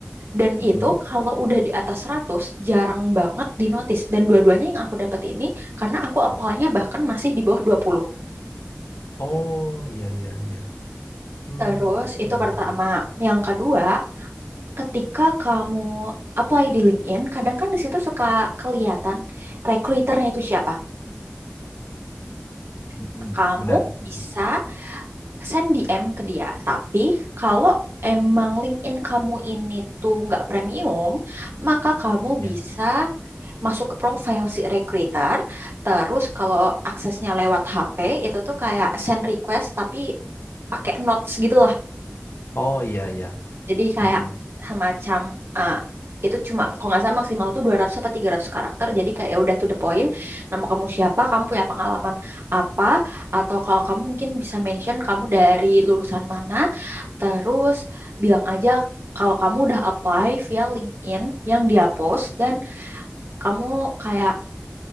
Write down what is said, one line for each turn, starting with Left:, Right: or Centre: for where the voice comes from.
Right: Dan
Left: Mm-mm.
Right: itu kalau udah di atas 100 jarang banget di notice. Dan dua-duanya yang aku dapat ini karena aku apply-nya bahkan masih di bawah dua puluh
Left: Oh, iya iya iya. Hmm,
Right: Terus itu
Left: benar.
Right: pertama. Yang kedua, ketika kamu apply di LinkedIn, kadang kan di situ suka kelihatan recruiternya itu siapa.
Left: Mm-mm,
Right: Nah, Kamu
Left: benar. Mm-mm.
Right: bisa send DM ke dia. Tapi kalau emang LinkedIn kamu ini tuh nggak premium, maka kamu
Left: Ya.
Right: bisa masuk ke profile si recruiter. Terus kalau aksesnya lewat HP itu tuh kayak send request tapi pakai notes gitu lah.
Left: Oh iya iya.
Right: Jadi kayak
Left: Mm-mm.
Right: semacam eh, itu cuma kalau nggak salah maksimal tuh 200 sampai 300 karakter. Jadi kayak ya udah to the point. Nama kamu siapa, kamu punya pengalaman apa atau kalau kamu mungkin bisa mention kamu dari lulusan mana. Terus bilang aja kalau kamu udah apply via LinkedIn yang dia post dan kamu kayak